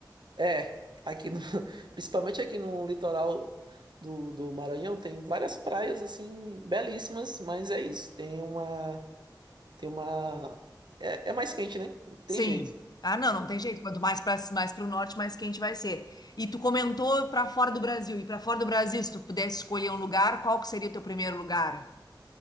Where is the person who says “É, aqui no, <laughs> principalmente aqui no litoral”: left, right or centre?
Right